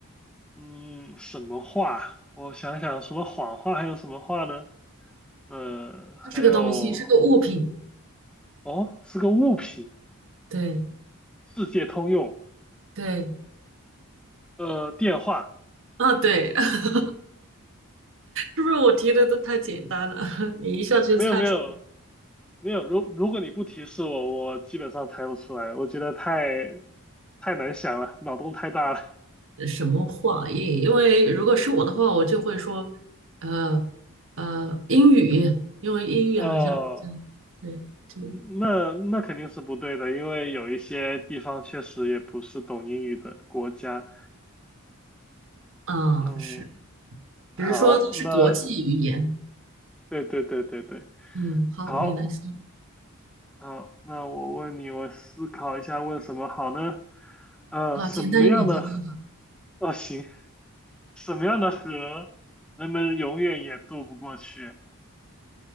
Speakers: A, in the centre; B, on the right (about 60°).
A: 嗯，什么话？我想想，除了谎话还有什么话呢？呃，
B: 它是个东西，
A: 还有，
B: 是个物品。
A: 哦，是个物品，
B: 对
A: 世界通用。
B: 对，
A: 呃，电话，
B: 啊对，<laughs> 是不是我提的都太简单了？<laughs> 你一下就猜出
A: 没有没有，没有，如如果你不提示我，我基本上猜不出来。我觉得太太难想了，脑洞太大了。
B: 呃什么话？因因为如果是我的话，我就会说，呃呃，英语，因为英语好像，
A: 哦，
B: 嗯，对，就
A: 呃，那那肯定是不对的，因为有一些地方确实也不是懂英语的国家。
B: 啊是，
A: 嗯，
B: 只是说它是国际语言。
A: 好，那对对对对对，
B: 嗯，好，
A: 好，
B: 你来说，
A: 好，那我问你，我思考一下问什么好呢？呃，
B: 好，
A: 什么样的河？
B: 简单一点，简单。
A: 哦，行，什么样的河人们永远也渡不过去？